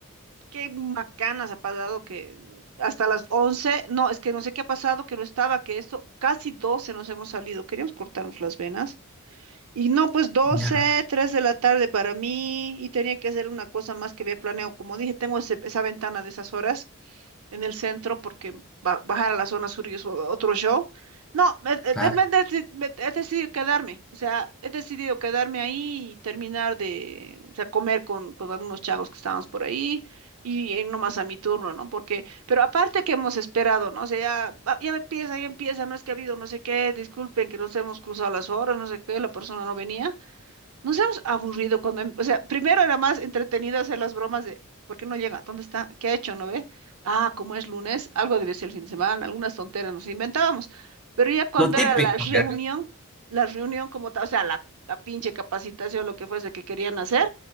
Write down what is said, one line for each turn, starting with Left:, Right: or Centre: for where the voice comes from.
Right: qué macanas ha pasado que hasta las 11, no, es que no sé qué ha pasado, que no estaba, que esto, casi 12 nos hemos salido, queríamos cortarnos las venas y no, pues doce,
Centre: ya,
Right: tres de la tarde para mí y tenía que hacer una cosa más que había planeado, como dije, tengo ese- esa ventana de esas horas en el centro porque ba- bajar a la zona sur y es o- otro show. No, me- eh,
Centre: claro.
Right: de- me deci- me- he decidido quedarme, o sea, he decidido quedarme ahí y terminar de, o sea, comer con, con algunos chavos que estábamos por ahí y eh, nomás a mi turno, ¿no? Porque, pero aparte que hemos esperado, ¿no? O sea, ya, ah, ya empieza, ya empieza, no es que ha habido no sé qué, disculpen que nos hemos cruzado las horas, no sé qué, la persona no venía nos hemos aburrido cuando, em- o sea, primero era más entretenido hacer las bromas de, ¿por qué no llega? ¿Dónde está? ¿Qué ha hecho? ¿No ve? Ah, como es lunes, algo debe ser el fin de semana, algunas tonteras nos inventábamos. Pero ya cuando
Centre: Lo típico,
Right: era la <laughs> reunión,
Centre: ya.
Right: la reunión como tal, o sea, la, la pinche capacitación, lo que fuese que querían hacer,